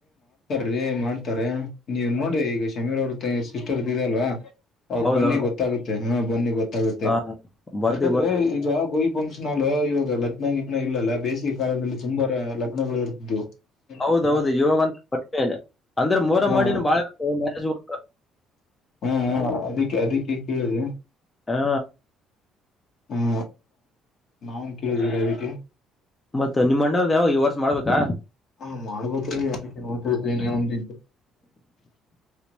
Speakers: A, on the left; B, on the left.
A: ರೀ ಮಾಡ್ತಾರೆ ನೀವ್ ನೋಡಿ ಈಗ ಶಮೀರ್ ಅವ್ರ ಸಿಸ್ಟರ್ ಇದೆ ಅಲ್ವಾ ಅವಾಗ
B: ಹೌದೌದು
A: ಬನ್ನಿ ಗೊತ್ತಾಗುತ್ತೆ ಹ ಬನ್ನಿ ಗೊತ್ತ ಗುತ್ತೆ
B: ಹ ಬರ್ತಿ
A: ಯಾಕಂದ್ರೆ
B: ಬರ್ತಿ
A: ಈಗ ಗೋಯ್ ಫಂಕ್ಷನ್ಲ್ಲ ಇವಾಗ ಲಗ್ನ ಗಿಗ್ನ ಇಲ್ಲಲ್ಲ ಬೇಸಿಗೆ ಕಾಲದಲ್ಲಿ ತುಂಬಾ ಲಗ್ನಗಳು ಇರ್ವು ಹ
B: ಹೌ ಹೌದು ಇವಾಗ ಅಂತ ಕಡಿಮೆನೆ ಅಂದ್ರೆ ಮೂರ
A: ಹಾ
B: ಮಾಡಿನ ಬಾಳ ಮ್ಯೇಜ್ <inaudible>
A: ಹಾ ಹಾ ಅದಕ್ಕೆ ಅದಕ್ಕೆ ಕೇಳಿದೆ
B: ಹಾ
A: ಹ್ಮ ನಾವನ್ ಕೇಳಿದ ರಕ್ಕೆ
B: ಮತ್ತತ್ ನಿಮ್ಮ್ ಅಣ್ಣರ್ ಈ ವರ್ಷ ಮಾಡ್ಬೇಕಾ
A: ಹಾ ಮಾಡ್ಬೇ್ರೀ ಅದಕ್ಕೆ ನೋಡ್ಂದ